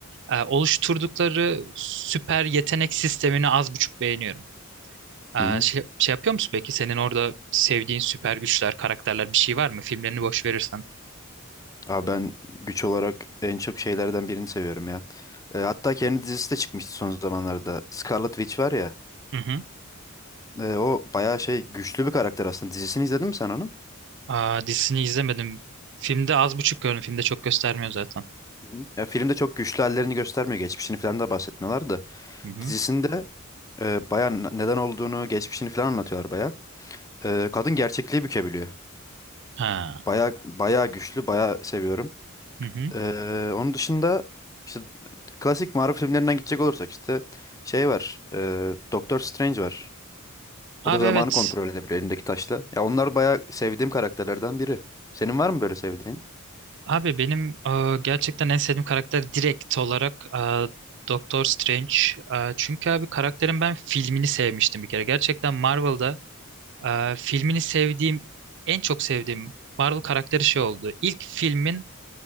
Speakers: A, on the right; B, on the left.
A: e, oluşturdukları süper yetenek sistemini az buçuk beğeniyorum. E,
B: Hı hı.
A: şey, şey yapıyor musun peki? Senin orada sevdiğin süper güçler, karakterler bir şey var mı? Filmlerini boş verirsen.
B: Abi ben güç olarak en çok şeylerden birini seviyorum ya. Ee, hatta kendi dizisi de çıkmıştı son zamanlarda. Scarlet Witch var ya.
A: Hı hı.
B: E, o bayağı şey güçlü bir karakter aslında. Dizisini izledin mi sen onun?
A: Aa, dizisini izlemedim. Filmde az buçuk gördüm. Filmde çok göstermiyor zaten.
B: Hı. Ya filmde çok güçlü hallerini göstermiyor. Geçmişini falan da bahsetmiyorlar da.
A: Hı hı.
B: Dizisinde e, bayağı n- neden olduğunu, geçmişini falan anlatıyorlar bayağı. E, kadın gerçekliği bükebiliyor.
A: Ha.
B: Bayağı bayağı güçlü, bayağı seviyorum.
A: Hı hı.
B: E, onun dışında işte klasik Marvel filmlerinden gidecek olursak işte şey var. E, Doctor Strange var.
A: Abi
B: O da zamanı
A: evet.
B: kontrol edebiliyor elindeki taşla. Ya onlar bayağı sevdiğim karakterlerden biri. Senin var mı böyle sevdiğin?
A: Abi benim e, gerçekten en sevdiğim karakter direkt olarak e, Doctor Strange. E, çünkü abi karakterin ben filmini sevmiştim bir kere. Gerçekten Marvel'da Ee, filmini sevdiğim, en çok sevdiğim Marvel karakteri şey oldu. İlk filmin,